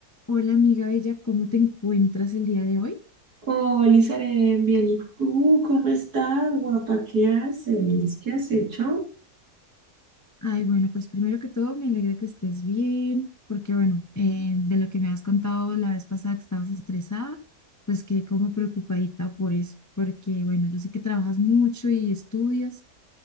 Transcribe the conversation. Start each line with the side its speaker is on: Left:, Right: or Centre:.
Left: Hola amiga bella, ¿cómo te encuentras el día de hoy?
Right: Hola, Isaren, bien, ¿y tú cómo estás, guapa? ¿Qué haces? ¿Qué has hecho?
Left: Ay, bueno, pues primero que todo me alegra que estés bien, porque bueno, eh, de lo que me has contado la vez pasada que estabas estresada, pues quedé como preocupadita por eso, porque bueno, yo sé que trabajas mucho y estudias,